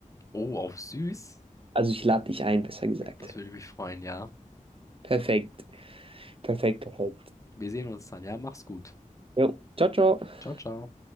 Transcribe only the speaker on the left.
Oh, auf süß.
Das würde mich freuen, ja.
Wir sehen uns dann, ja. Mach's gut.
Ciao, ciao.